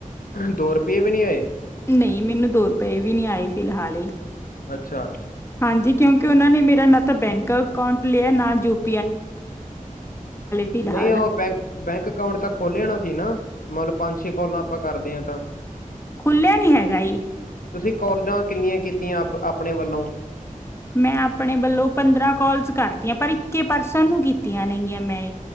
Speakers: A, on the left; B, on the left.
A: ਦੋ ਰੁਪਏ ਵੀ ਨਹੀਂ ਆਏ?
B: ਨਹੀਂ ਮੈਨੂੰ ਦੋ ਰੁਪਏ ਵੀ ਨਹੀਂ ਆਏ ਫਿਲਹਾਲ ਹੀ।
A: ਅੱਛਾ।
B: ਹਾਂਜੀ ਕਿਉਂਕਿ ਉਹਨਾਂ ਨੇ ਮੇਰਾ ਨ ਤਾਂ ਬੈਕ ਅਕਾਊਂਟਾਂ ਲਈ ਇਹ ਨਾਜੂਕ ਫਿਲਹਾਲ
A: ਨਹੀ ਉਹ ਬੈਕ ਬੈਕ ਅਕਾਊਂਟ ਤਾਂ ਖੋਲ ਆਣਾ ਸੀ ਨਾ ਮਤਲਬ ਪੰਜ ਛੇ ਕਾਲਾਂ ਆਪਾਂ ਕਰਦੇ ਹਾਂ ਤਾਂ
B: ਖੁਲ੍ਹੀਆ ਨਹੀ ਹੈਗਾ ਈ
A: ਤੁਸੀਂ ਕਾਲਾਂ ਕਿੰਨੀਆਂ ਆਪਣੇ ਵੱਲੋਂ
B: ਮੈਂ ਆਪਣੇ ਵੱਲੋ ਪੰਦਰਾਂ ਕੋਲਸ ਕਰਤੀਆਂ ਪਰ ਇਕੇ ਪਰਸਨ ਨੂੰ ਕੀਤੀਆਂ ਗੀਆਂ ਮੈ